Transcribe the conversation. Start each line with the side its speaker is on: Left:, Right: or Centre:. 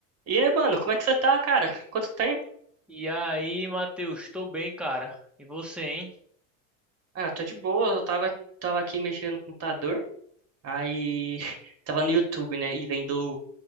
Right: E aí, mano, como é que você tá, cara? Quanto tempo?
Centre: E aí, Matheus, tô bem, cara. E você, hein?
Right: Ah, eu tô de boa, eu tava, tava aqui mexendo no computador, aí <laughs> tava no YouTube, né, e vendo